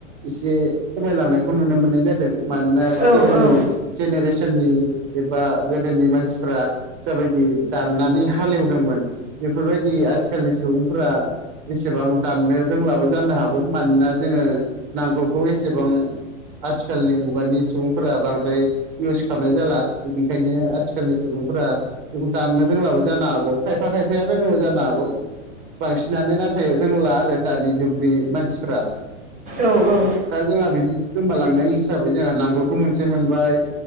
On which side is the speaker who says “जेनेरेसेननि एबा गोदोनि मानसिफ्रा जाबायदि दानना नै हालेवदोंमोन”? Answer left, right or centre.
Right